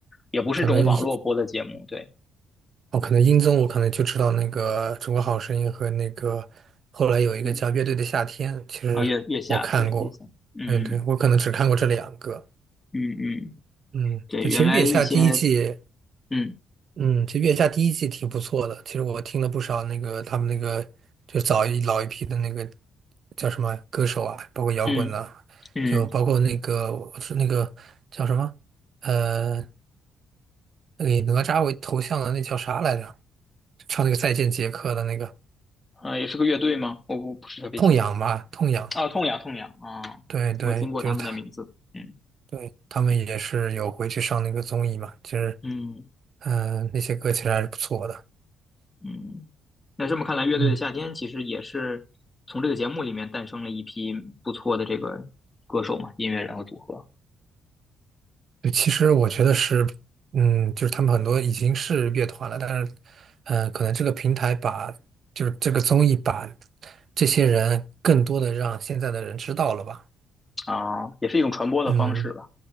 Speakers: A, on the left; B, on the right.
A: 也不是这种网络播的节目。
B: 可能你
A: 对，
B: 哦，可能音综我可能就知道那个《中国好声音》和那个后来有一个叫《乐队的夏天》，
A: 嗯，
B: 其实我看过。
A: 啊，月月下，对，月下，嗯
B: 对对，我可能只看过这两个。
A: 嗯嗯，
B: 嗯，
A: 对，
B: 对，
A: 原来一些，
B: 其实《月下》第一季，
A: 嗯
B: 嗯，其实《月下》第一季挺不错的。其实我听了不少那个他们那个就早一老一批的那个叫什么歌手啊，包括摇滚的、
A: 嗯嗯，
B: 就包括那个我是那个叫什么呃，那个以哪吒为头像的那叫啥来着？唱那个《再见杰克》的那个。
A: 啊，也是个乐队吗？我不不是特别清楚。
B: 痛痒吧，痛痒，
A: 啊，痛痒痛痒啊，
B: 对对，
A: 我听过他们的名字。
B: 就是他，
A: 嗯
B: 对，他们也是有回去上那个综艺嘛，其实，
A: 嗯。
B: 嗯、那些歌其实还是不错的，
A: 嗯，那这么看来，乐队的夏天其实也是从这个节目里面诞生了一批不错的这个歌手嘛，
B: 嗯，
A: 音乐人和组合
B: 对其实我觉得是，嗯，就是他们很多已经是乐团了，但是，嗯、可能这个平台把，就是这个综艺把这些人更多的让现在的人知道了吧，
A: 啊，也是一种传播的方式吧，
B: 嗯